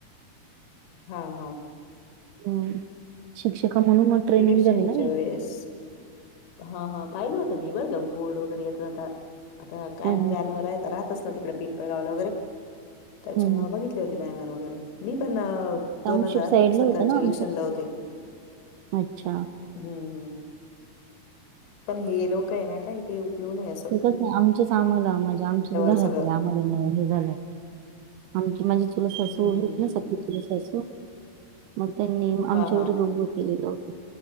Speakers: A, on the left; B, on the right.
A: हा हा.
B: हम्. शिक्षिका म्हणून. ट्रेनिंग
A: इलेक्शनच्या
B: झाली ना मी
A: वेळेस. हा हा पाहिलं होतं मी बर का बोर्ड वगैरे येता जाता. आता कायम
B: हम्म, हम्म,
A: जाणं रा राहतच ना तिकडे पिंपळ गावलं वगैरे त्याच्यामुळे
B: हम्म,
A: बघितलं. हो बॅनर वगैरे मी पण
B: टाउनशिप
A: दोन हजार
B: साईडला
A: सतराच्या
B: होतं ना आमचं
A: इलेक्शन ला होते.
B: अच्छा!
A: हम्म हम्म पण हे लोकं हाय ना काय ते उपयोग नाही आहे
B: मंग तसं आमचेच आम्हाला म्हणजे आमच्याच घरातले
A: सगळं
B: आम्हाला हे झालंय. आमची म्हणजे चुलत सासू
A: हं,
B: वगैरे
A: हं,
B: आहेत
A: हं.
B: ना सख्खी चुलत सासू मग त्यांनी आमच्या
A: हां, हां.
B: विरुद्ध उभं केलेलं होतं.